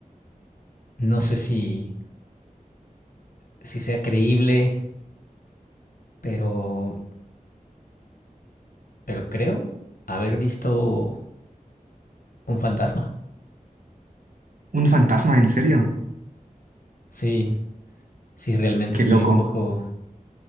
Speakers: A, on the left; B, on the right.
A: no sé si, si sea creíble, pero, pero creo haber visto un fantasma.
B: Un fantasma, en serio.
A: Sí, sí, realmente
B: Qué
A: estoy
B: loco.
A: un poco